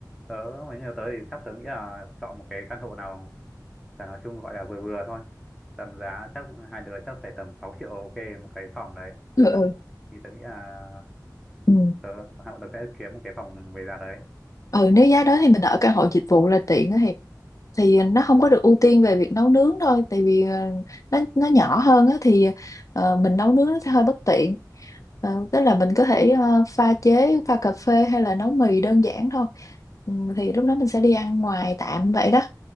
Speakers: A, in the centre; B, on the left.
A: tớ với người yêu tớ thì sắp tớ nghĩ là chọn một cái căn hộ nào Và nói chung gọi là vừa vừa thôi tầm giá chắc hai đứa chắc phải tầm 6 triệu ok một cái phòng đấy
B: ừ ừ
A: thì tớ nghĩ là
B: ừ.
A: tớ hai bọn tớ sẽ kiếm một cái phòng về giá đấy
B: Ừ, nếu giá đó thì mình ở căn hộ dịch vụ là tiện á Hiệp thì nó
A: ừ
B: không có được ưu tiên về việc nấu nướng thôi tại vì ờ, nó nó nhỏ hơn á, thì ờ, mình nấu nướng nó sẽ hơi bất tiện Ờ, tức là mình có thể ờ, pha chế pha cà phê hay là nấu mì đơn giản thôi Ừ, thì lúc đó mình sẽ đi ăn ngoài tạm vậy đó